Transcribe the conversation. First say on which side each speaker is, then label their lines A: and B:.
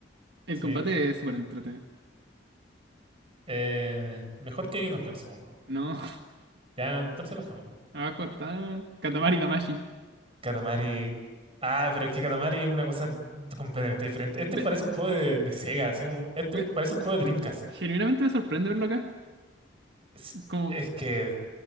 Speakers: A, on the right (about 65°); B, on the right (about 30°).
A: el
B: Sí.
A: combate es súper entretenido.
B: Eh, mejor que Kingdom Hearts, supongo.
A: No.
B: Ya, entonces bajemos.
A: Abajo está Katamari Damashi.
B: Katamari. Ah, pero es que Katamari es una cosa completamente diferente. Este
A: Me-
B: parece un juego de, de Sega, así como, este
A: me-
B: un- parece un juego de Dreamcast.
A: genuinamente me sorprende verlo acá.
B: Es,
A: Como,
B: es que,